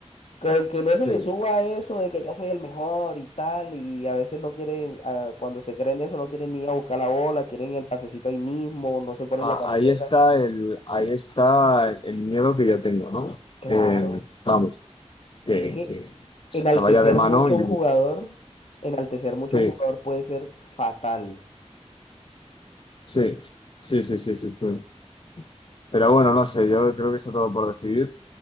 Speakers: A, on the left; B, on the left.
A: Con que no se
B: sí.
A: le suba eso de que yo soy el mejor y tal, y a veces no quieren, ah, cuando se creen eso, no quieren ni ir a buscar la bola, quieren el pasecito ahí mismo, no se ponen
B: a-
A: la camiseta.
B: ahí está el, ahí está el miedo que yo tengo, ¿no?
A: Claro,
B: Eh, vamos, que,
A: es que
B: que se
A: enaltecer
B: vaya de mano
A: mucho
B: y
A: a un jugador, enaltecer mucho
B: sí,
A: a un jugador puede ser fatal.
B: sí, sí, sí, sí, sí, sí. Pero bueno, no sé, yo creo que está todo por decidir.